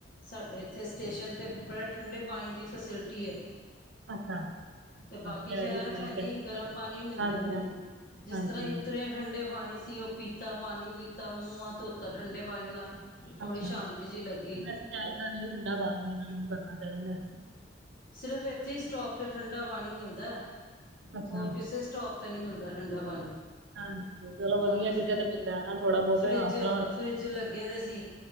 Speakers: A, on the left; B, on the right.
A: ਸਾਡੇ ਇੱਥੇ ਸਟੇਸ਼ਨ ਤੇ ਬੜੇ ਠੰਡੇ ਪਾਣੀ ਦੀ ਫੈਸਿਲਿਟੀ ਏ।
B: ਅੱਛਾ।
A: ਤੇ ਬਾਕੀ
B: ਵਧੀਆ
A: ਸ਼ਹਿਰਾਂ
B: ਇਹ ਵੀ ਠੀਕ
A: 'ਚ ਹੈਨੀ
B: ਹੈ।
A: ਗਰਮ ਪਾਣੀ ਮਿਲਦੇ
B: ਹਾਂਜੀ
A: ਨੇ,
B: ਹਾਂਜੀ
A: ਜਿਸ
B: ਹਾਂਜੀ
A: ਤਰ੍ਹਾਂ ਹੀ ਉੱਤਰੇ ਠੰਡੇ ਪਾਣੀ ਸੀ। ਉਹ ਪੀਤਾ, ਪਾਣੀ ਪੀਤਾ, ਮੂੰਹ-ਮਾਹ ਧੋਤਾ, ਠੰਡੇ ਪਾਣੀ ਨਾਲ। ਥੋੜ੍ਹੀ
B: ਅੱਛਾ,
A: ਸ਼ਾਂਤੀ ਜਿਹੀ ਲੱਗੀ
B: ਵੈਸੇ ਚਾਹੀਦਾ ਵੀ ਠੰਡਾ ਪਾਣੀ ਇਹਨਾਂ ਨੂੰ ਕਰਨਾ ਚਾਹੀਦਾ।
A: ਸਿਰਫ਼ ਇੱਥੇ ਹੀ ਸਟੋਕ ਤੇ ਠੰਡਾ ਪਾਣੀ ਮਿਲਦਾ।
B: ਅੱਛਾ
A: ਹੋਰ ਕਿਸੇ ਸਟੋਪ ਤੇ ਨੀ ਮਿਲਦਾ ਠੰਡਾ ਪਾਣੀ।
B: ਹਾਂਜੀ ਚਲੋ
A: ਉਹਨਾਂ
B: ਵਧੀਆ
A: ਨੇ ਫ
B: ਕਿਤੇ ਤੇ ਮਿਲਦਾ ਨਾ ਥੋੜਾ ਬਹੁਤ
A: ਫਰਿੱਜ,
B: ਆਸਰਾ ਹੋ ਜਾਂਦਾ
A: ਫਰਿੱਜ ਲੱਗੇ ਦੇ ਸੀ।